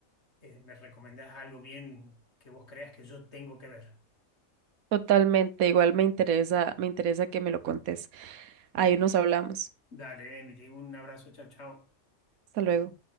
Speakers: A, on the left; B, on the right.
A: eh, me recomendás algo bien que vos creas que yo tengo que ver.
B: Totalmente, igual me interesa, me interesa que me lo contes. Ahí nos hablamos.
A: Dale, Emily, un abrazo, chao, chao.
B: Hasta luego.